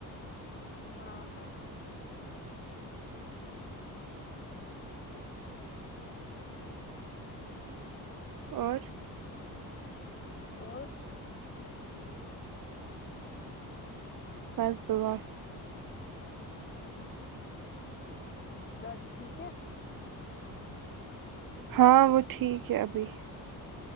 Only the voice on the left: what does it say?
ہاں ہاں <inaudible>
اور
دادی ٹھیک ہے